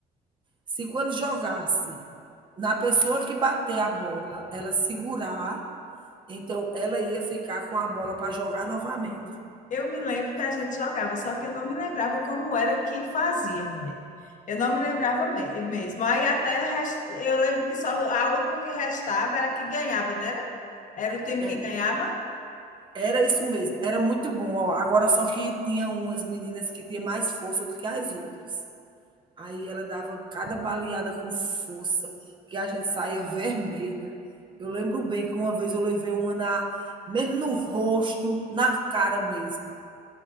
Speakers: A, on the right; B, on the left.
A: Se quando jogasse na pessoa que bater a bola, ela segurar, então ela ia ficar com a bola para jogar novamente.
B: Eu me lembro que a gente jogava, só que eu não me lembrava como era que fazia, mulher. Eu não me lembrava me- mesmo. Aí até res- eu lembro que só a última que restava era a que ganhava, não era? Era o time
A: Era,
B: que ganhava?
A: era isso mesmo, era muito bom. Ó, agora só que tinha umas meninas que tinha mais força do que as outras. Aí ela dava cada baleada com força, que a gente saía vermelha. Eu lembro bem que uma vez eu levei uma na, mesmo no rosto, na cara mesmo.